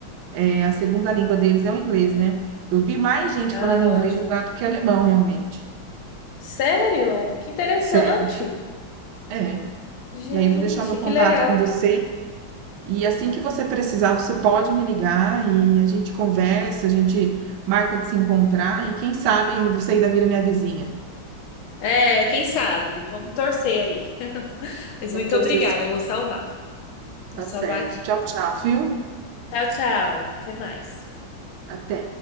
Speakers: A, on the right (about 85°); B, on the left (about 80°).
A: é, a segunda língua deles é o inglês, né? Eu vi mais gente
B: Ah,
A: falando inglês
B: ótimo.
A: lá do que alemão, realmente.
B: Sério? Que interessante.
A: Sério. É.
B: Gente,
A: E aí vou deixar meu contato
B: que legal.
A: com você. E assim que você precisar, você pode me ligar e a gente conversa, a gente marca de se encontrar e quem sabe você ainda vira minha vizinha.
B: É, quem sabe? Vamos torcer aí. Mas
A: Vamos
B: muito
A: torcer
B: obrigada,
A: se
B: eu vou salvar.
A: tá
B: Vou salvar
A: certo.
B: aqui.
A: Tchau, tchau, viu?
B: Tchau, tchau. Até mais.
A: Até.